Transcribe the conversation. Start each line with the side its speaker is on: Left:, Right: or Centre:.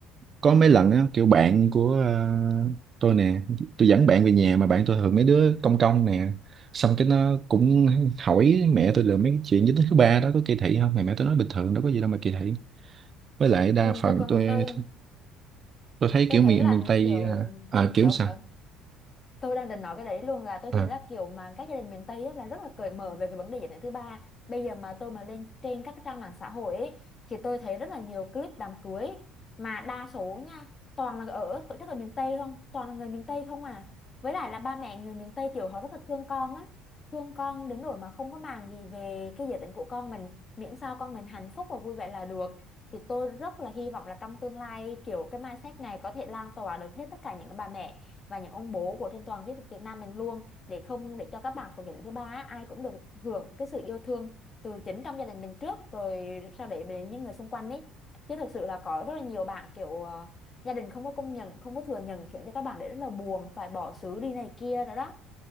Right: có mấy lần á kiểu bạn của ờ, tôi nè tôi dẫn bạn về nhà mà bạn tôi thường mấy đứa công công nè xong cái nó cũng hỏi mẹ tôi được mấy cái chuyện giới tính thứ ba đó có kỳ thị không mà mẹ tôi nói bình thường đâu có gì đâu mà kỳ thị với lại đa
Left: ừ
Right: phần
Left: tôi còn
Right: tôi
Left: tôi
Right: tôi thấy
Left: tôi
Right: kiểu
Left: thấy
Right: miền
Left: là
Right: miền
Left: như
Right: Tây
Left: kiểu
Right: à, à, kiểu
Left: đúng
Right: sao
Left: đúng tôi đang định nói cái đấy luôn là tôi
Right: à,
Left: thấy là kiểu mà các gia đình miền Tây á, là rất là cởi mở về cái vấn đề giới tính thứ ba bây giờ mà tôi mà lên trên các trang mạng xã hội ấy, thì tôi thấy rất là nhiều clip đám cưới mà đa số nha toàn là ở tổ chức ở miền Tây không toàn là người miền Tây không à với lại là ba mẹ người miền Tây kiểu họ rất là thương con á thương con đến nỗi mà không có màng gì về cái giới tính của con mình miễn sao con mình hạnh phúc và vui vẻ là được thì tôi rất là hy vọng là trong tương lai kiểu cái mindset này có thể lan tỏa được hết tất cả những cái bà mẹ và những ông bố của trên toàn Việt Việt Nam mình luôn để không để cho các bạn thuộc gia đình thứ ba á, ai cũng được hưởng cái sự yêu thương từ chính trong gia đình mình trước rồi sau đấy đến những người xung quanh ấy chứ thực sự là có rất là nhiều bạn kiểu ờ, gia đình không có công nhận không có thừa nhận khiến cho các bạn đấy rất là buồn phải bỏ xứ đi này kia nữa đó